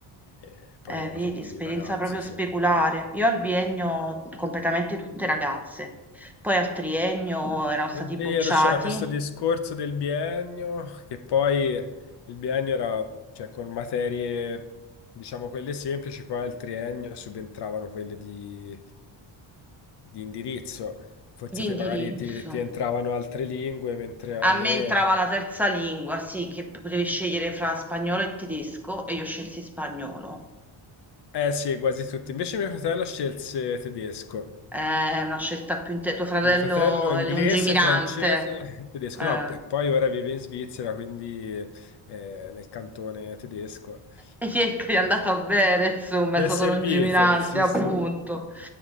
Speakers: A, on the left; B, in the centre.
A: e poi
B: eh,
A: eravamo
B: vedi,
A: tutti
B: esperienza
A: ragazzi,
B: proprio
A: sì.
B: speculare. Io al biennio completamente tutte ragazze, poi al triennio erano stati
A: È vero,
B: bocciati
A: c'era questo discorso del biennio, che poi il biennio era, cioè, con materie, diciamo, quelle semplici, poi al triennio subentravano quelle di, di indirizzo. Forse
B: di
A: te
B: indirizzo.
A: magari ti, ti entravano altre lingue, mentre
B: A
A: a me...
B: me entrava la terza lingua, sì, che potevi scegliere fra spagnolo e tedesco e io scelsi spagnolo.
A: Eh sì, quasi tutti. Invece mio fratello scelse tedesco.
B: È una scelta più inte tuo fratello
A: Mio fratello è inglese,
B: è lungimirante.
A: francese, <laughs> tedesco,
B: Eh.
A: no, e poi ora vive in Svizzera, quindi eh, nel cantone tedesco.
B: E niente,
A: Eh,
B: è
A: gli
B: andata
A: è
B: bene, insomma,
A: gli
B: è
A: è
B: stato
A: servito,
B: lungimirante,
A: sì,
B: appunto.
A: sì.